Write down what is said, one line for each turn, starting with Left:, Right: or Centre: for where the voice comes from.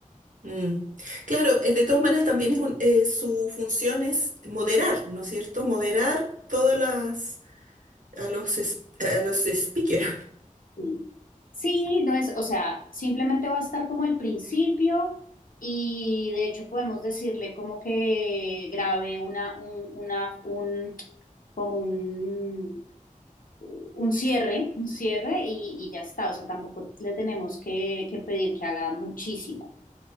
Right: Mm. Claro, eh, de todas maneras también es un- eh, su función es moderar, ¿no es cierto? Moderar todas las a los es- a los speakers.
Left: Sí, Sí, no es, o sea, simplemente va a estar como el principio y de hecho podemos decirle como que grabe una, un, una, un, como un un cierre, un cierre y, y ya está. O sea, tampoco le tenemos que, que pedir que haga muchísimo.